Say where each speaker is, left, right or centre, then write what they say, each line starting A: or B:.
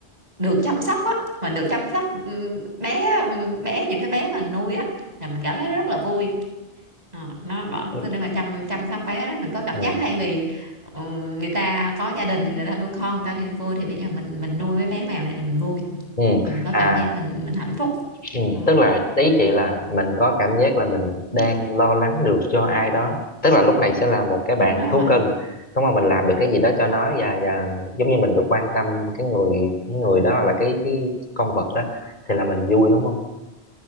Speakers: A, on the right (about 40°); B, on the left (about 45°).
A: được chăm sóc á mình được chăm sóc ừ, bé bé những cái bé mà mình nuôi á là mình cảm thấy rất là vui Ờ, nó bỏ
B: ừ
A: cái để mà chăm chăm sóc bé đó, mình có cảm
B: ừ
A: giác thay vì ừ, người ta có gia đình thì người ta nuôi con người ta thì vui thì bây giờ mình mình nuôi mấy bé mèo này thì mình vui
B: Ừ.
A: Là mình có
B: à
A: cảm giác mình mình hạnh phúc
B: ừ.
A: Đó,
B: tức là ý chị là mình có cảm giác là mình đang lo lắng được cho ai đó tức là lúc này sẽ là một cái bạn
A: đúng rồi
B: thú cưng đúng không mình làm được cái gì đó cho nó và và giống như mình được quan tâm cái người cái người đó là cái cái con vật đó thì là mình vui đúng không